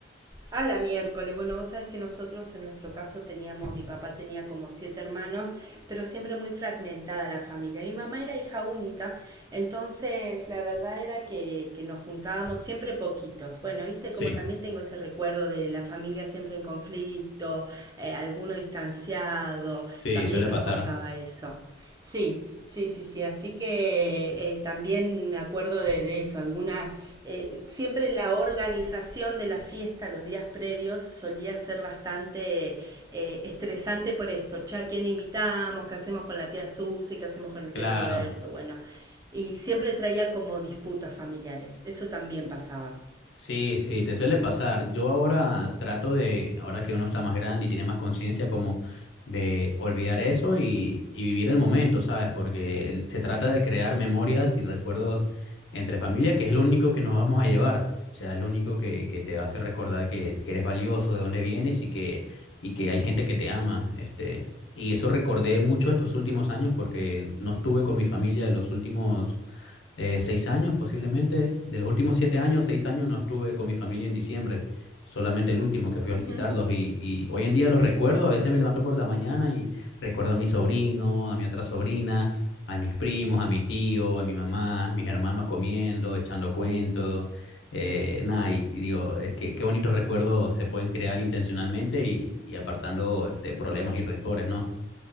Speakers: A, on the right (about 20°); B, on the left (about 75°).
A: A la miércoles. Bueno, vos sabés que nosotros en nuestro caso teníamos, mi papá tenía como siete hermanos, pero siempre muy fragmentada la familia. Mi mamá era hija única, entonces la verdad era que, que nos juntábamos siempre poquitos. Bueno, viste
B: Sí,
A: como también tengo ese recuerdo de la familia siempre en conflicto, eh, alguno distanciado,
B: sí,
A: también
B: suele
A: nos
B: pasar.
A: pasaba eso. Sí, sí, sí, sí. Así que eh, también me acuerdo de, de eso. Algunas, eh, siempre la organización de la fiesta los días previos solía ser bastante eh, estresante por esto. Che, ¿a quién invitamos? ¿Qué hacemos con la tía Susi? ¿Qué hacemos con el
B: Claro.
A: tío Roberto? Bueno, y siempre traía como disputas familiares. Eso también pasaba.
B: Sí, sí, te suele pasar. Yo ahora trato de, ahora que uno está más grande y tiene más conciencia, como de olvidar eso y, y vivir el momento, ¿sabes? Porque el- se trata de crear memorias y recuerdos entre familia, que es lo único que nos vamos a llevar. O sea, es lo único que, que te hace recordar que, que eres valioso, de dónde vienes y que, y que hay gente que te ama. Este, y eso recordé mucho estos últimos años porque no estuve con mi familia los últimos eh, seis años posiblemente. De los últimos siete años, seis años no estuve con mi familia en diciembre. Solamente el último que fui a
A: Ujú.
B: visitarlos y, y hoy en día los recuerdo. A veces me levanto por la mañana y recuerdo a mi sobrino, a mi otra sobrina, a mis primos, a mi tío, a mi mamá, a mis hermanos comiendo, echando cuentos. Eh, nada, y, y digo, es que qué bonitos recuerdos se pueden crear intencionalmente y, y apartando este, problemas y rencores, ¿no?